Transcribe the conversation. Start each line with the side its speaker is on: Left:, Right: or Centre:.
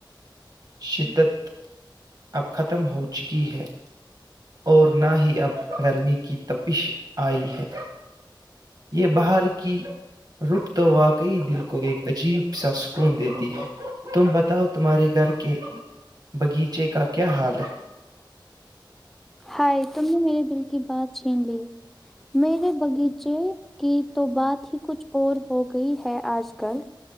Right: شدت اب ختم ہو چکی ہے اور نہ ہی اب گرمی کی تپش آئی ہے یہ باہر کی رک تو واقعی دل کو ایک عجیب سا سکون دیتی ہے تم بتاؤ تمہارے گھر کے باغیچے کا کیا حال ہے
Centre: ہائے تم نے میرے دل کی بات چھین لی میرے باغیچے کی تو بات ہی کچھ اور ہو گئی ہے آج کل